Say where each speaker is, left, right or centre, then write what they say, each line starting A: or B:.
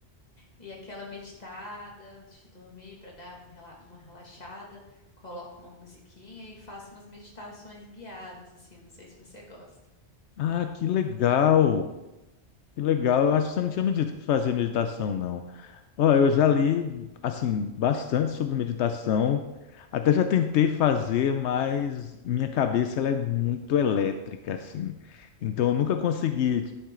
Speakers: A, on the left; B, on the left.
A: e aquela meditada antes de dormir para dar um rela- uma relaxada. Coloco uma musiquinha e faço umas meditações guiadas assim. Não sei se você gosta.
B: Ah, que legal! Que legal. Eu acho que você não tinha me dito que fazia meditação, não. Ó, eu já li, assim, bastante sobre meditação. Até já tentei fazer, mas minha cabeça ela é muito elétrica, assim. Então, eu nunca consegui